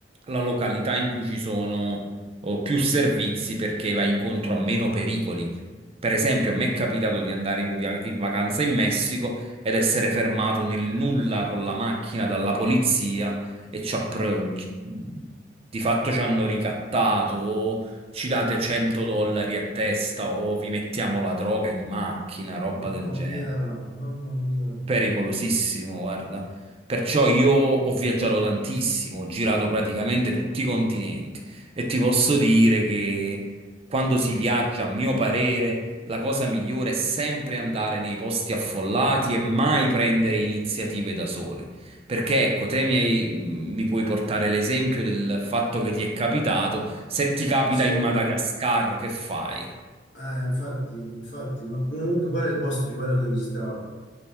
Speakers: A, on the right (about 35°); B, on the left (about 80°).
A: la località in cui ci sono oh, più servizi perché vai incontro a meno pericoli. Per esempio, a me è capitato di andare in, via- in vacanza in Messico ed essere fermato nel nulla con la macchina dalla polizia e ci ha pre- ci- di fatto ci hanno ricattato. o Ci date 100 dollari a testa o vi mettiamo la droga in macchina, roba
B: Mamma
A: del genere.
B: mia, mamma mia.
A: Pericolosissimo, guarda. Perciò io ho viaggiato tantissimo, ho girato praticamente tutti i continenti e ti posso dire che quando si viaggia, a mio parere, la cosa migliore è sempre andare nei posti affollati e mai prendere iniziative da soli. Perché ecco, te mi, hai- mi puoi portare l'esempio del fatto che ti è capitato, se ti capita
B: Scusa,
A: in Madagascar, che fai?
B: eh, infatti, infatti, ma comunque qual è il posto più bello che hai visitato?